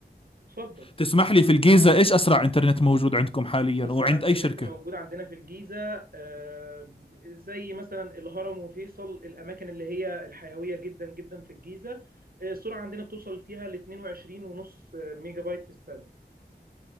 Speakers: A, on the right; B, on the left.
A: اتفضل
B: تسمح لي في الجيزه ايش اسرع انترنت موجود عندكم حاليا
A: أسرع
B: وعند
A: إنترنت
B: اي شركه
A: موجود عندنا في الجيزة آه، زي مثلا الهرم وفيصل الأماكن اللي هي الحيوية جدا جدا في الجيزة آه، السرعة عندنا بتوصل فيها ل 22 ونص ميجا بايت في الثانية